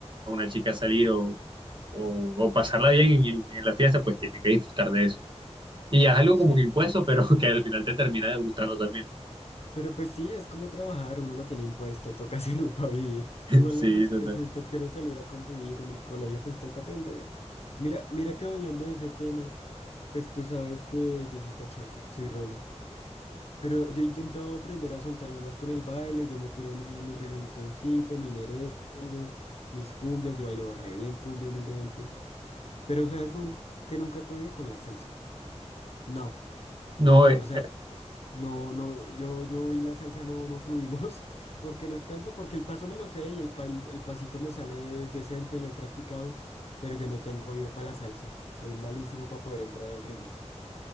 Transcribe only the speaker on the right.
una chica a salir o, o, o pasarla bien en, en la fiesta, pues tiene que disfrutar de eso. Y ya es algo
como que impuesto, pero <laughs> que al final te termina gustando también.
<laughs>
Sí,
total.
No,
eh,